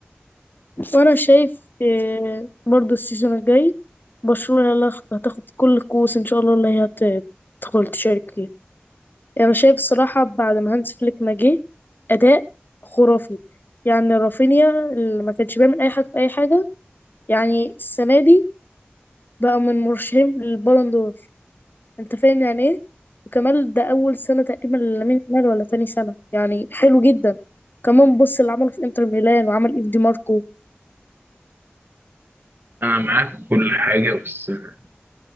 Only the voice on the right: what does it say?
انا معاك في كل حاجه بس آه،